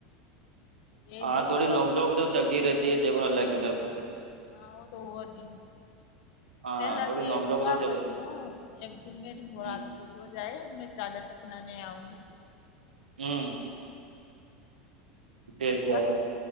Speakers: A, on the left; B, on the right.
A: یہی
B: ہاں
A: دعا
B: تھوڑی
A: کر
B: نوک جھوک تو چلتی ہی رہتی ہے دیکھو اللہ کی طرف سے
A: ہاں وہ تو ہوتی ہیں
B: ہاں
A: میں اللہ
B: تھوڑی
A: سے یہ
B: نوک جھوک
A: دعا
B: تو چلے
A: کرتی ہوں ایک میری مراد
B: ہ
A: پوری ہو جائے میں چادر چڑھانے آؤں گی
B: ہوں ڈیر کیا
A: بس
B: ہے